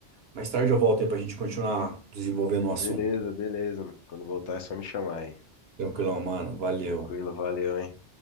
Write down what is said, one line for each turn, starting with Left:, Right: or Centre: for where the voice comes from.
Right: mais tarde eu volto aí pra gente continuar desenvolvendo o assunto.
Left: Beleza, beleza, mano. Quando voltar é só me chamar aí.
Right: Tranquilão, mano. Valeu.
Left: Tranquilo, valeu, hein?